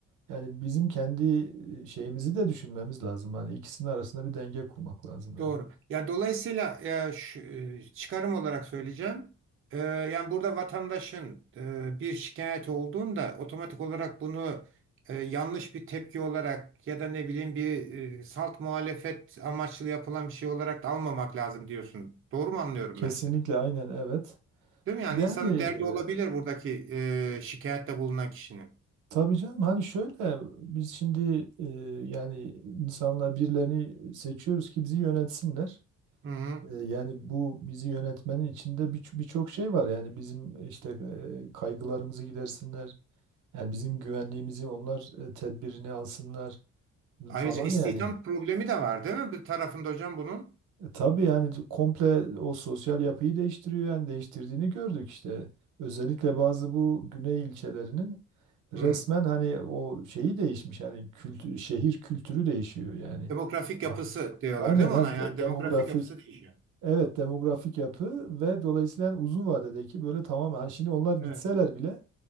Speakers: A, on the right; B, on the right.
A: yani bizim kendi e, şeyimizi de düşünmemiz lazım. Hani ikisinin arasında bir denge kurmak lazım
B: Doğru.
A: yani.
B: Ya dolayısıyla e, şu- e, çıkarım olarak söyleyeceğim. E, yani burada vatandaşın e, bir şikayet olduğunda otomatik olarak bunu e, yanlış bir tepki olarak ya da ne bileyim bir e, salt muhalefet amaçlı yapılan bir şey olarak da almamak lazım diyorsun. Doğru mu anlıyorum
A: Kesinlikle
B: ben seni?
A: aynen evet.
B: Değil mi? Yani
A: Yani
B: insanın
A: e,
B: derdi olabilir buradaki e, şikayette bulunan kişinin.
A: tabii canım hani şöyle biz şimdi e, yani insanlar birilerini seçiyoruz ki bizi yönetsinler.
B: Hı hı.
A: E, yani bu bizi yönetmenin içinde bir- birçok şey var. Yani bizim işte e, kaygılarımızı gidersinler. Yani bizim güvenliğimizi onlar e, tedbirini alsınlar
B: Ayrıca
A: falan
B: istihdam
A: yani.
B: problemi de var değil mi? Bir tarafında hocam bunun.
A: E, tabii yani komple o sosyal yapıyı değiştiriyor yani değiştirdiğini gördük işte. Özellikle bazı bu güney ilçelerinin resmen
B: Hı.
A: hani o şeyi değişmiş yani kültür, şehir kültürü değişiyor yani.
B: Demografik
A: Aynen.
B: yapısı diyorlar
A: Aynen
B: değil mi
A: ha,
B: ona? Yani
A: de- demografik
B: demografik yapısı değişiyor.
A: evet demografik yapı ve dolayısıyla yani uzun vadedeki böyle tamamen hani şimdi onlar gitseler
B: Evet.
A: bile